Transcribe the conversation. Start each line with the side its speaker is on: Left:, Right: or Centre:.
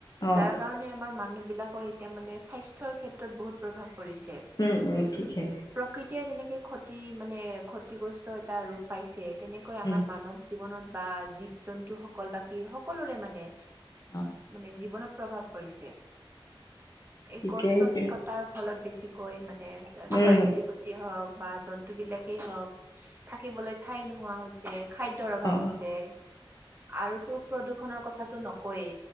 Left: অ
Right: যাৰ কাৰণে আমাৰ মানুহবিলাকৰ এতিয়া মানে স্বাস্থ্যৰ ক্ষেত্ৰত বহুত প্ৰভাৱ পৰিছে।
Left: উম উম ঠিকে।
Right: কেতিয় যেনেকে ক্ষতি মানে ক্ষতিগ্ৰস্ত এটা ৰূপ পাইছে তেনেকৈ আমাৰ
Left: উম
Right: মানৱ জীৱনত বা জীৱ জন্তু সকল বাকী সকলোৰে মানে
Left: অ
Right: মানে জীৱনত প্ৰভাৱ পৰিছে। এই
Left: ঠিকে
Right: গছ
Left: সেইটোৱে
Right: চছ কটাৰ ফলত বেছিকৈ মানে চৰাই
Left: উম
Right: চিৰিকটি হক বা জন্তু বিলাকেই হওঁক থাকিবলৈ ঠাই নোহোৱা হৈছে খাদ্য ৰ অভাৱ
Left: অ
Right: হৈছে আৰুতো প্ৰদূষণৰ কথাটো নকৱে।